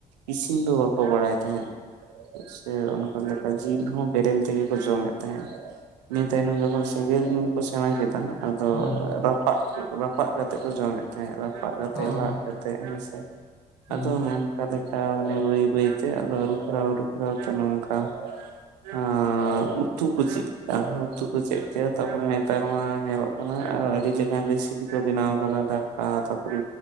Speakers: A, on the right; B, on the left.
A: ᱤᱥᱤᱱ ᱫᱚ ᱵᱟᱠᱚ ᱵᱟᱲᱟᱭ ᱛᱟᱦᱮᱸᱫ ᱾ ᱥᱮ ᱚᱱᱠᱟ ᱞᱮᱠᱟ ᱡᱤᱞ ᱦᱚᱸ ᱵᱮᱨᱮᱞ ᱛᱮᱜᱮ ᱠᱚ ᱡᱚᱢᱮᱫ ᱛᱟᱦᱮᱸᱫ ᱾ ᱱᱤᱭᱟᱹ ᱛᱟᱭᱱᱚᱢ ᱡᱚᱠᱷᱚᱱ ᱥᱮᱸᱜᱮᱞ ᱡᱩᱞ ᱠᱚ ᱥᱮᱬᱟ ᱠᱮᱫᱟ ᱟᱫᱚ
B: ᱦᱩᱸ ᱦᱩᱸ
A: ᱨᱟᱯ ᱨᱟᱯᱟᱜ ᱨᱟᱯᱟᱜ ᱠᱟᱛᱮ ᱠᱚ ᱡᱚᱢᱮᱫ ᱛᱟᱦᱮᱸᱫ ᱨᱟᱯᱟᱜ ᱠᱟ ᱛᱮ
B: ᱦᱳᱭ
A: ᱞᱟᱜ
B: ᱦᱳᱭ
A: ᱠᱟᱛᱮ ᱦᱮᱸ ᱥᱮ
B: ᱦᱩᱸ
A: ᱟᱫᱚ ᱢᱮᱱ ᱚᱠᱟ ᱞᱮᱠᱟ ᱢᱟᱱᱮ ᱵᱟᱹᱭ ᱵᱟᱹᱭ ᱛᱮ ᱟᱫᱚ ᱟᱹᱨᱩ ᱯᱷᱮᱨᱟᱣ ᱟᱹᱨᱩ ᱯᱷᱮᱨᱟᱣ ᱛᱮ ᱱᱚᱝᱠᱟ ᱦᱟᱸ ᱩᱛᱩ ᱠᱩ ᱪᱮᱫ ᱟᱨᱦᱚᱸ ᱩᱛᱩ ᱠᱚ ᱪᱮᱫ ᱠᱮᱫ-ᱟ ᱛᱟᱨᱯᱚᱨᱮ ᱱᱮᱛᱟᱨ ᱢᱟ ᱧᱮᱞᱚᱜ ᱠᱟᱱᱟ ᱟᱨ ᱟᱹᱰᱤ ᱞᱮᱠᱟᱱ ᱨᱮᱥᱤᱯ ᱯᱤ ᱠᱚ ᱵᱮᱱᱟᱣ ᱟᱠᱟᱫᱟ ᱫᱟᱠᱟ ᱛᱟᱯᱚᱨᱮ